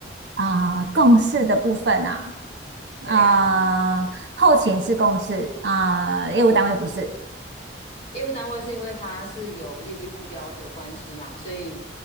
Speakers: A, on the right (about 70°); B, on the left (about 40°).
A: 啊、呃共事的部分啊，呃，
B: 对呀，
A: 后勤是共事啊、呃业务单位不是，
B: 业务单位是因为它是有业绩目标的关系嘛，所以